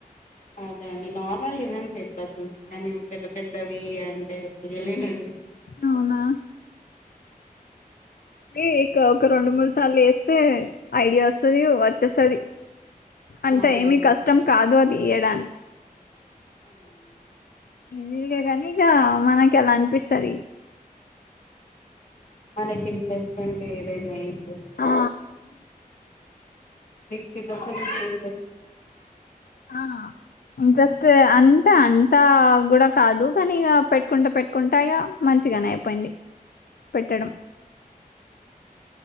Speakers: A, on the left; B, on the left.
A: అదే అండి నార్మల్ డిజైన్స్ వేస్త చూసి కానీ పెద్ద పెద్దవి అంటే వేయలేనండి
B: అవునా కి ఇక్ ఒక రెండు మూడు సార్లు వేస్తే ఐడియా ఒస్ స్తది వచ్చేస్తది అంత
A: అవునవును
B: ఏమి కష్టం కాదు అది ఇయ్యడాన్
A: అవునా
B: ఇసిదే గని ఇగా మనకి అలా అనిపిస్తది
A: మనకి ఇంవెస్ట్మెంట్ ఏదైనా ఏం
B: ఆ
A: మీక్ చిన్నపట్ నుంచి తెలుగోస్
B: ఆ ఇంట్రెస్ట్ అంత అంతా కూడా కాదు కానిగ పెట్టుకుంట పెట్టుకుంట ఇగా మంచిగనే అయిపోయింది పెట్టడం